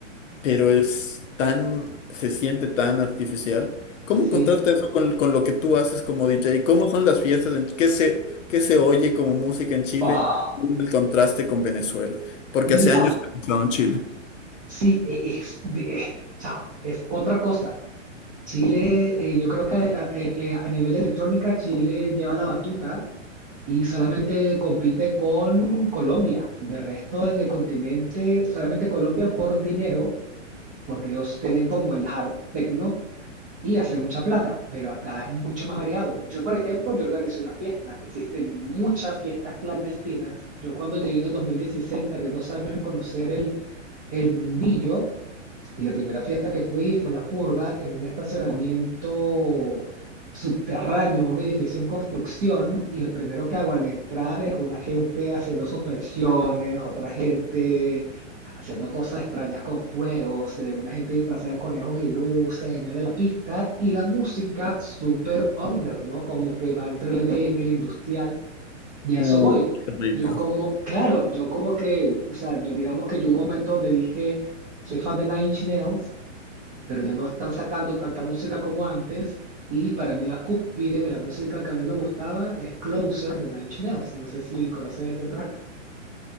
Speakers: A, on the left; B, on the right.
A: pero es tan, se siente tan artificial. ¿Cómo
B: sí.
A: contrasta eso con, con lo que tú haces como DJ? ¿Cómo son las fiestas? En, ¿qué se, qué se oye como música en Chile?
B: Oh,
A: ¿Cuál es el contraste con Venezuela? Porque
B: mira,
A: hace años que no he estado en Chile.
B: sí, e- es, de- eh, chao, es otra cosa. Chile, eh, yo creo que a, eh, eh, a nivel de electrónica, Chile lleva la batuta y solamente compite con Colombia. De resto, en el continente, solamente Colombia por dinero porque ellos tienen como el hard techno y hace mucha plata, pero acá es mucho más variado. Yo, por ejemplo, yo organizé una fiesta, existen muchas fiestas clandestinas. Yo cuando llegué en el 2016 tardé dos años en conocer el, el mundillo y la primera fiesta que fui fue la purga en un estacionamiento subterráneo, un edificio en construcción, y lo primero que hago al entrar es una gente haciendo suspensiones, otra gente haciendo cosas extrañas con fuegos, se ve una gente disfrazada de conejos y luces en medio de la pista, y la música súper under, ¿no? Como que va entre el E D M el industrial. Y a
A: Uy,
B: eso voy.
A: qué rico.
B: Yo como, claro, yo como que, o sea, yo digamos que yo hubo un momento donde dije, soy fan de Nine Inch Nails, pero ya no están sacando tanta música como antes. Y para mí la cúspide de la música que a mí me gustaba es Closer de Nine Inch Nails. No sé si conoces ese track,